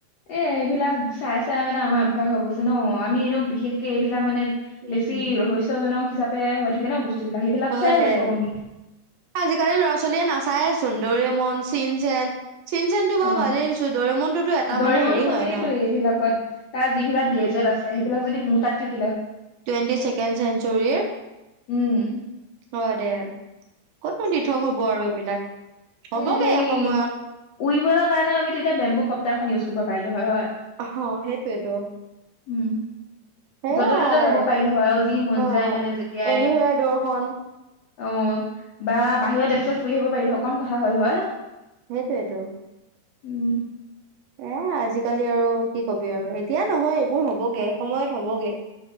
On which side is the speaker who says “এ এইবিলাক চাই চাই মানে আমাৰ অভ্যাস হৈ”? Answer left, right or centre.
Left